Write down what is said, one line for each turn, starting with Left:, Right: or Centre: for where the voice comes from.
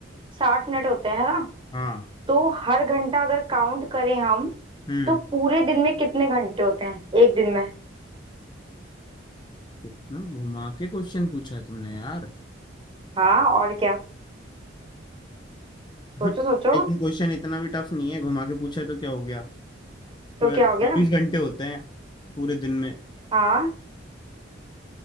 Right: साठ मिनट होते हैं है ना
Left: हाँ
Right: तो हर घंटा अगर काउंट करें हम
Left: हम्म
Right: तो पूरे दिन में कितने घंटे होते हैं एक दिन में
Left: इतना घुमा के क्वेश्चन पूछा है तुमने यार
Right: हाँ और क्या
Left: <laughs>
Right: सोचो सोचो
Left: लेकिन क्वेश्चन इतना भी टफ नहीं है घुमा के पूछा है तो क्या हो गया ट्वेल्व
Right: तो क्या हो
Left: चौबीस
Right: गया
Left: घंटे होते हैं पूरे दिन में
Right: हाँ